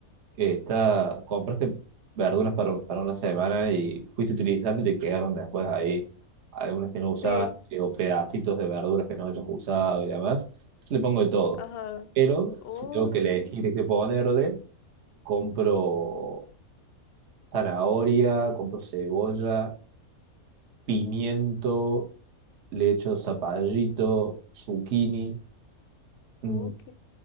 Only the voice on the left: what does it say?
Sí.
Ajá.
Oh,
Ok,
ok.